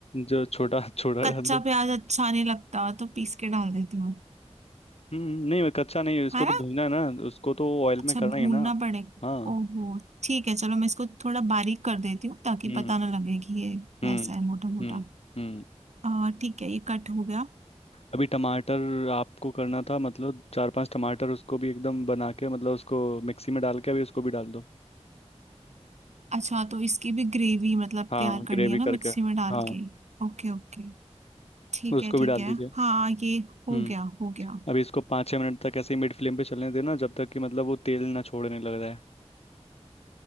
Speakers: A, on the left; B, on the right.
A: जो छोटा छोटा
B: कच्चा
A: डाल दो
B: प्याज अच्छा नहीं लगता तो पीस के डाल देती हूँ
A: हम्म नहीं कच्चा नहीं है इसको
B: है ना
A: तो भूनना है ना उसको तो ऑयल
B: अच्छा
A: में करना
B: भूनना
A: ही है ना
B: पड़ेगा
A: हाँ
B: ओहो ठीक है चलो मैं इसको थोड़ा बारीक कर देती हूँ ताकि
A: हम्म
B: पता ना लगे कि ये
A: हम्म
B: वैसा है मोटा मोटा
A: हम्म हम्म
B: आ ठीक है ये कट हो गया
A: अभी टमाटर आपको करना था मतलब चार पांच टमाटर उसको भी एकदम बना के मतलब उसको मिक्सी में डाल के अभी उसको भी डाल दो
B: अच्छा तो इसकी भी ग्रेवी मतलब
A: हाँ
B: तैयार करनी
A: ग्रेवी
B: है ना
A: करके
B: मिक्सी में डाल
A: हाँ
B: के ओके ओके ठीक
A: उसको
B: है
A: भी
B: ठीक
A: डाल
B: है
A: दीजिए
B: हाँ ये हो
A: हम्म
B: गया हो गया
A: अभी इसको पाँच छः मिनट तक ऐसे ही मिड फ्लेम पे चलने देना जब तक कि मतलब वो तेल ना छोड़ने लग रहा है